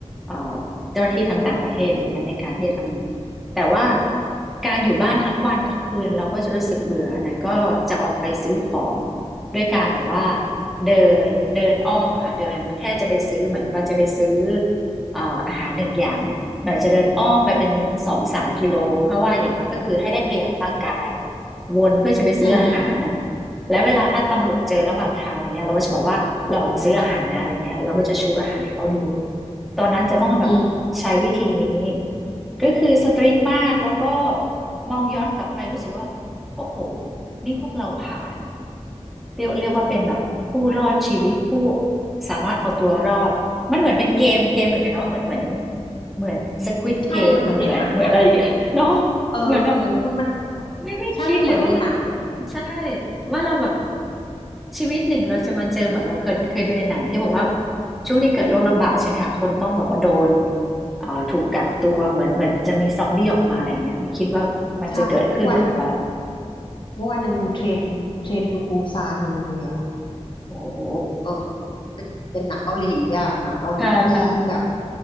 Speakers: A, in the centre; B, on the left.
A: เอ่อเจ้าหน้าที่ทางต่างประเทศอะไรเงี้ยในการที่จะทำแต่ว่าการอยู่บ้านทั้งวันทั้งคืนเราก็จะรู้สึกเบื่อเนยก็จะออกไปซื้อของด้วยการแบบว่าเดินเดินอ้อมอะค่ะเดินแค่จะไปซื้อเหมือนว่าจะไปซื้อ เอ่ออาหารหนึ่งอย่างเนี่ยหน่อยจะเดินอ้อมไปเป็นสองสามกิโลเพราะว่าอย่างน้อยก็คือให้ได้ขยับร่างกายวนเพื่อจะไปซื้ออาหาร
B: อืม
A: และเวลาถ้าตำรวจเจอระหว่างทางอะไรเงี้ยเราก็จะบอกว่าลองมาซื้ออาหารนะอะไรเงี้ยเราก็จะชูอาหารให้เขาดูตอนนั้นจะต้องแบบใช้วิธีนี้
B: อืม
A: ก็คือสตริกมากแล้วก็มองย้อนกลับไปรู้สึกว่าโอ้โหนี่พวกเราผ่าน เรียกเรียกว่าเป็นแบบผู้รอดชีวิตผู้สามารถเอาตัวรอดมันเหมือนเป็นเกมเกมเหมือนกันเนาะเหมือนเหมือนเหมือนสควิดเกมเหมือนเหมือนอะไรอย่างเงี้ย
B: ใช่มันเหมือนในหนังอ่ะ
A: <laughs> เนาะ
B: เออ
A: เหมือนแบบ
B: มันมัน
A: ไม่ไม่คิดเลยว่ามัน
B: ใช่มันเหมือนในหนัง
A: ใช่ว่าเราแบบชีวิตหนึ่งเราจะมาเจอเหมือนเราเคยเคยดูในหนังที่บอกว่าช่วงที่เกิดโรคระบาดใช่ไหมคะคนต้องแบบว่าโดนอ่าถูกกักตัวเหมือนเหมือนจะมีซอมบี้ออกมาอะไรเงี้ยไม่คิดว่ามันจะเกิดขึ้นกับเรา
B: ใช่เมื่อวานยังเมื่อวานยังดูเทรนเทรนทูปูซานอยู่เลยอ่ะ
A: โอ้โห
B: เออเป็นเป็นหนังเกาหลีอ่ะหนังเกาหลีที่แบบ
A: <laughs> ค่ะค่ะ